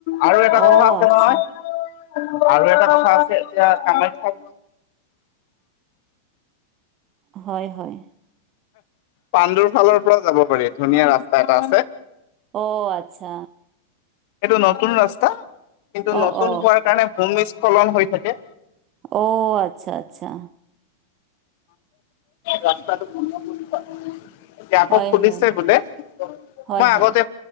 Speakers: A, on the left; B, on the right.
A: আৰু এটা
B: অঁ
A: কথা আছে
B: আচ্ছা
A: নহয় আৰু এটা কথা আছে এতিয়া কামাখ্যা
B: হয় হয়।
A: পাণ্ডুৰ ফালৰ পৰাও যাব পাৰি, ধুনীয়া ৰাস্তা এটা আছে।
B: অ, আচ্ছা!
A: সেইটো নতুন ৰাস্তা, কিন্তু
B: অঁ
A: নতুন
B: অঁ
A: হোৱাৰ কাৰণে ভূমিস্খলন হৈ থাকে।
B: অ', আচ্ছা, আচ্ছা।
A: ৰাস্তাটো <inaudible> এতিয়া আকৌ
B: হয়
A: খুলিছে
B: হয়
A: বোলে
B: হয়
A: মই
B: হয়
A: আগতে